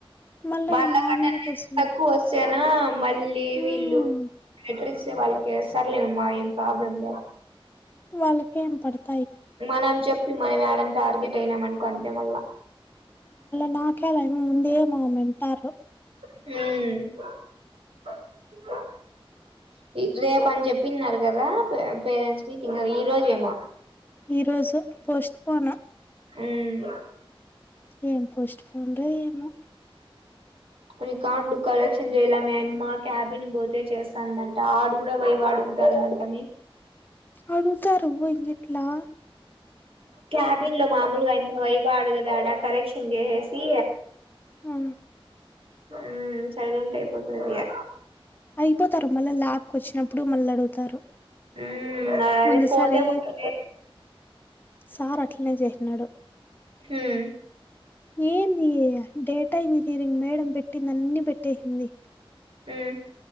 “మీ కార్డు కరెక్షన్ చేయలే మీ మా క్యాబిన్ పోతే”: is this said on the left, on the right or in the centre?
Right